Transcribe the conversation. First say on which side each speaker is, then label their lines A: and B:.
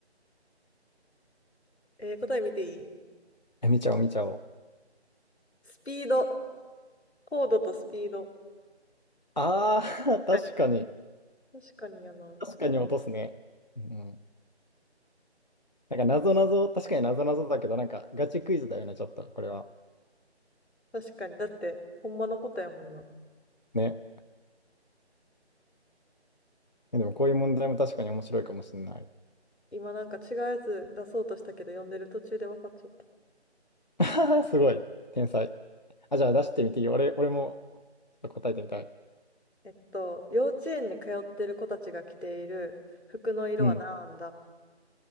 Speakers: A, on the left (about 70°); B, on the left (about 40°).
A: えー答え見ていい
B: え、見ちゃおう、見ちゃおう。
A: スピード。コードとスピード。
B: ああ、
A: 確かに。
B: <laughs> 確かに。
A: 確かにやな。
B: 確かに落とすね。うん。なんか、なぞなぞ、確かになぞなぞだけど、なんか、ガチクイズだよね、ちょっと、これは。
A: 確かに。だって、ほんまのことやもんな。
B: ね。えでも、こういう問題も確かに面白いかもしれない。
A: 今なんか違うやつ出そうとしたけど、読んでる途中で分かっちゃった。
B: <laughs> あーすごい。天才。あ、じゃあ、出してみていいよ。俺、俺も、ちょっと答えてみたい。
A: えっと、幼稚園に通ってる子たちが着ている服の色は何だ
B: うん。